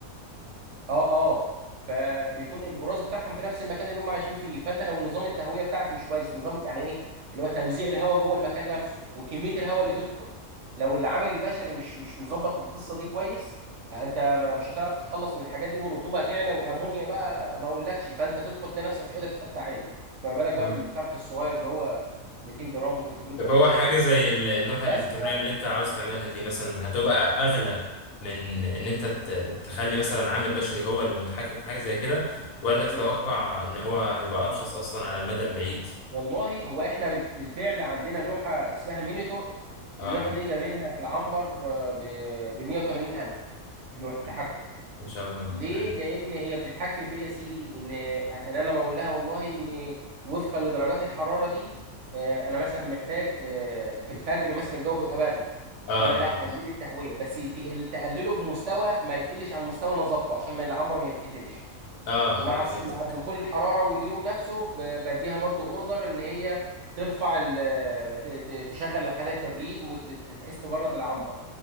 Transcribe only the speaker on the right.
اه اه فبيكون البراز بتاعهم في نفس المكان اللي هم عايشين فيه فانت لو نظام التهويه بتاعك مش كويس نظام يعني ايه اللي هو توزيع الهواء جوه المكان نفسه وكميه الهواء اللي تدخل لو العامل البشري مش مش مظبط القصه دي كويس آه، انت ما- مش هتعرف تتخلص من الحاجات دي والرطوبه هتعلى وامونيا بقى ما اقولكش فانت تدخل تلاقي نفسك مش قادر تفتح عينك فما بالك بقى
بالفرخ الصغير اللي هو 200 جرام و300 جرام
ده
يعمل ايه
بس
بقى
هي
والله هو احنا بال- بالفعل عندنا لوحة اسمها مينيتور
اللوحة دي جايبينها في العنبر آه، ب 180 ألف لوحة تحكم
ليه؟
لأن هي بتتحكم في إيه يا سيدي إن إن أنا بقول لها والله إن وفقا لدرجات الحرارة دي آه، أنا مثلا محتاج آه، في الفجر مثلا الجو بيبقى برد
فأنا لا
قلل التهوية بس يتقل- تقلله بمستوى ما يقلش عن مستوى أنا ظابطه عشان ما العنبر ما يتكتمش
ومع
الس- مع دخول الحراره واليوم نفسه ب- بديها برضو اوردر ان هي ترفع ال- ت- ت- تشغل الخلايا التبريد وبحيث تبرد العنبر